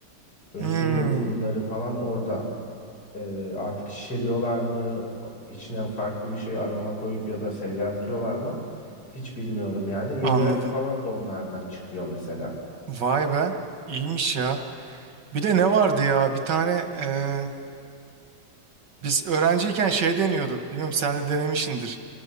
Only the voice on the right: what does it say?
Hmm,
anladım.
Vay be iyiymiş ya. Bir de ne vardı ya bir tane e, biz öğrenciyken şey deniyorduk. Bilmiyorum sen de denemişsindir.